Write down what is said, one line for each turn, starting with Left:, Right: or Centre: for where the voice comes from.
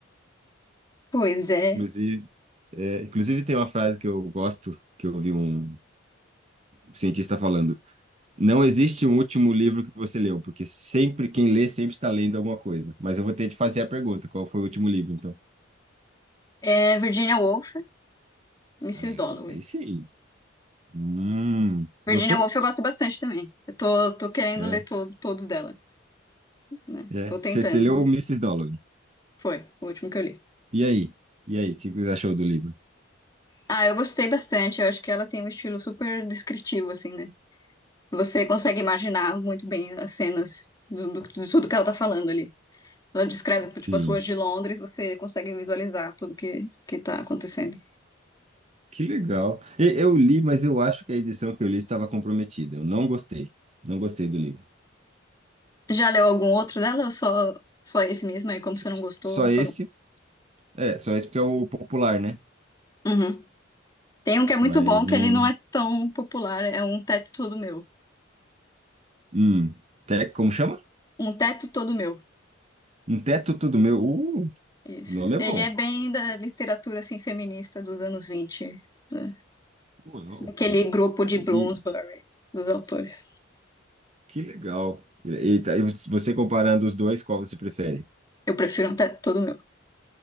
Left: Pois é.
Right: Inclusive, É, inclusive, tem uma frase que eu gosto, que eu ouvi um cientista falando: Não existe um último livro que você leu, porque sempre quem lê sempre está lendo alguma coisa. Mas eu vou ter de fazer a pergunta: qual foi o último livro, então?
Left: É Virginia Woolf, Mrs.
Right: É,
Left: Dalloway.
Right: é isso aí. Hum,
Left: Virginia
Right: gostou?
Left: Woolf eu gosto bastante também. Eu tô, tô querendo
Right: É,
Left: ler to todos dela, né?
Right: é.
Left: Tô tentando,
Right: Você, você leu
Left: mas
Right: o Mrs. Dalloway.
Left: foi o último que eu li.
Right: E aí? E aí, o que você achou do livro?
Left: Ah, eu gostei bastante. Eu acho que ela tem um estilo super descritivo, assim, né? Você consegue imaginar muito bem as cenas do, do, de tudo que ela tá falando ali. Ela descreve,
Right: Sim,
Left: tipo, as ruas de Londres, você consegue visualizar tudo que, que tá acontecendo.
Right: que legal. E- Eu li, mas eu acho que a edição que eu li estava comprometida. Eu não gostei. Não gostei do livro.
Left: Já leu algum outro dela ou só, só esse mesmo aí? Como
Right: S-
Left: você não
Right: s-
Left: gostou,
Right: Só esse?
Left: parou.
Right: É, só esse porque é o popular, né?
Left: Uhum. Tem um que é muito
Right: Mas
Left: bom, que
Right: não.
Left: ele não é tão popular, é Um Teto Todo Meu.
Right: Hum, te, como chama?
Left: Um Teto Todo Meu.
Right: Um teto tudo meu. Uh,
Left: Isso.
Right: o nome é
Left: Ele
Right: bom.
Left: é bem da literatura, assim, feminista dos anos 20, né?
Right: Uh, não.
Left: Aquele grupo de
Right: E,
Left: Bloomsbury,
Right: e
Left: dos autores.
Right: que legal. E, tá- e você comparando os dois, qual você prefere?
Left: Eu prefiro Um Teto Todo Meu.